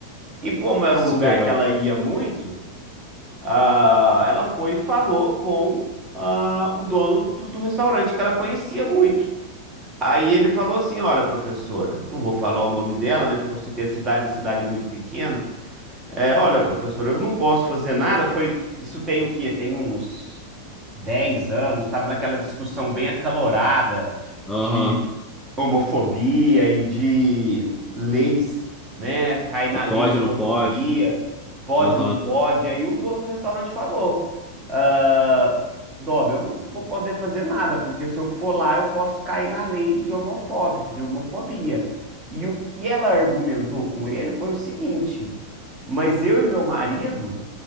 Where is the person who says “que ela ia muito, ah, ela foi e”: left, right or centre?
Right